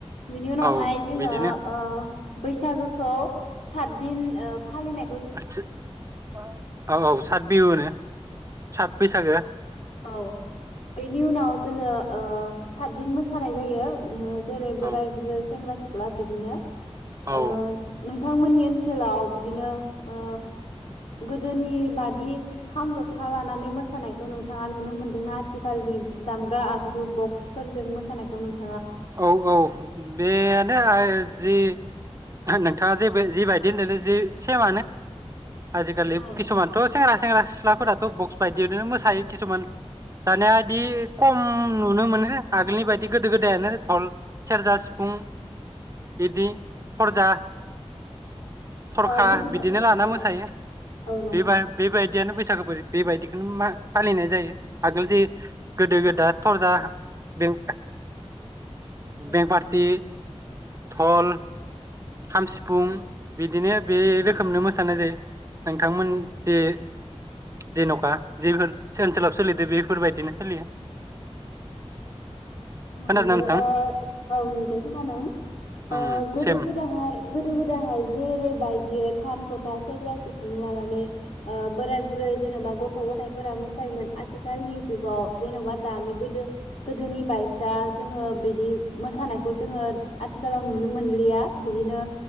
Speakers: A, on the left; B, on the right.
A: बिनि उनावहाय
B: औ
A: जोंङो
B: बिदिनो
A: ओ बैसागोखौ सातदिन ओ फालिनाय
B: आतसा औ औ सात बिहु होनो सात बैसागो ।
A: औ बेनि उनाव जोंङो ओ सातदिन मोसानाय जायो ओ जेरै बोराय,
B: औ
A: बुरै, सेंग्रा सिख्ला बिदिनो
B: औ
A: ओ नोंथांमोननि ओनसोलाव बिदिनो ओ गोदोनि बादि दि खाम जथा लानानै मोसानायखौ नोंथाङा नुनो मोनदोंना आथिखालनि दामग्रा आगजु बक्सफोरजों मोसानायखौ नोंथ
B: औ औ बेनो जि नोंथाङा जे जिबायदि होनदों जि सेमानो। आजिखालि
A: औ
B: किसुमानथ' सेंग्रा सेंग्रा सिख्लाफोरा। टप बक्स बायदि नो मोसायो किसुमान दानिया इदि खम नुनो मोनो आगोलनि बायदि गोदो गोदायानो। धल, सेरजा, सिफुं। बिदि खरजा। थरखा
A: औ गोदो
B: बिदिनो लाना
A: औ
B: मोसायो
A: औ नंगौ
B: बेबा बेबायदियानो बैसागो बो बेबायदिखौनो मा फालिनाय जायो? आगोल जे गोदो गोदा थरजा, बें
A: औ
B: बें पारटि। धल, खाम, सिफुं बिदिनो बे रोखोमनो मोसानाय जायो। नोंथांमोन जे जेन'खा जेफोर सेनसोलाव सोलिदो बेफोरबायदिनो सोलियो।
A: औ
B: खोनादोंना
A: नोंगौ
B: नोंथां
A: ओ औ नोंगौ खोनादों। उम ओ
B: उम
A: गोदो
B: सेम
A: गोदोहाय। गोदो गोदाहाय जेरैबायदियै खाम, जथा, सेरजा सिफुं लानानै ओ बोराय बुरै जेन'बा गथ' गथाइफोरा मोसायोमोन आथिखालनि जुगाव जेन'बा दानि गोदो। गोदोनि बाइसा जोङो बिदि मोसानायखौ जोङो आथिखालाव नुनो मोनलिया बिदिनो